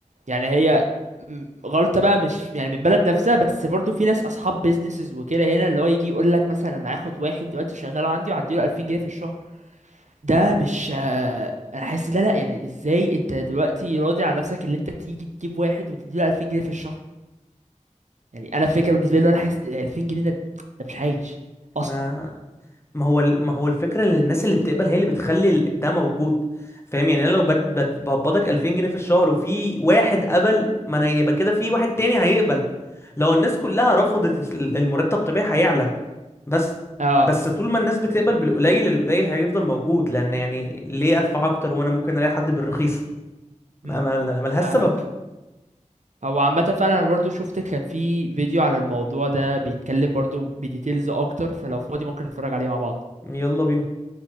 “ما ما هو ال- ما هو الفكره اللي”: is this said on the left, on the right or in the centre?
Left